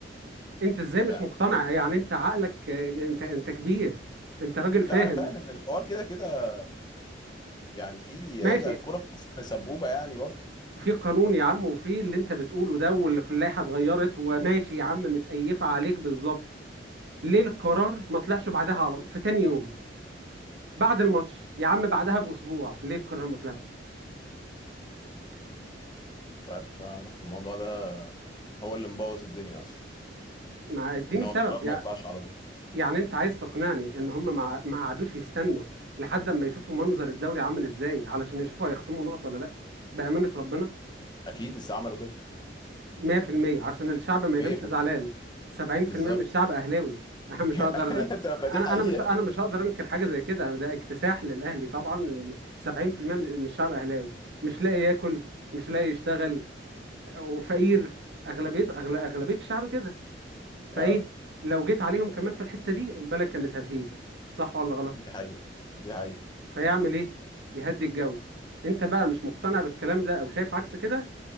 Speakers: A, on the right (about 65°); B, on the left (about 25°).
A: انت ازاي
B: يعني
A: مش مقتنع يعني انت عقلك آه، انت انت كبير انت راجل
B: لا
A: فاهم
B: انا فاهم ان الحوار كده كده يعني في
A: ماشي
B: هي الكوره في مصر سبوبه يعني برضه
A: في قانون يا عم وفي اللي انت بتقوله ده واللائحة اتغيرت وماشي يا عم متقيفة عليك بالظبط ليه القرار ما طلعش بعدها على في تاني يوم بعد الماتش يا عم بعدها بأسبوع ليه القرار ما طلعش
B: مش عارف بصراحه الموضوع ده هو اللي مبوظ الدنيا اصلا
A: ما اديني
B: ان هو
A: سبب
B: القرار
A: يع-
B: ما يطلعش على طول
A: يعني انت عايز تقنعني ان هم ما ما قعدوش يستنوا لحد اما يشوفوا منظر الدوري عامل ازاي علشان يشوفوا هيخصموا نقط ولا لا بأمانة ربنا
B: اكيد لسه عملوا كده
A: 100% عشان الشعب ما ينامش
B: 100%
A: زعلان 70%
B: بالظبط
A: من الشعب اهلاوي <laughs> انا مش
B: <laughs>
A: هقدر انا
B: ايوه طب ما دي حقيقه
A: انا مش انا مش هقدر انكر حاجة زي كده ده اكتساح للاهلي طبعا 70% من من الشعب اهلاوي مش لاقي ياكل مش لاقي يشتغل وفقير اغلبية أغل- اغلبية الشعب كده فايه
B: اه
A: لو جيت عليهم كمان في الحتة دي البلد كانت هتهيج صح ولا غلط
B: دي حقيقه دي حقيقه
A: فيعمل ايه يهدي الجو انت بقى مش مقتنع بالكلام ده او شايف عكس كده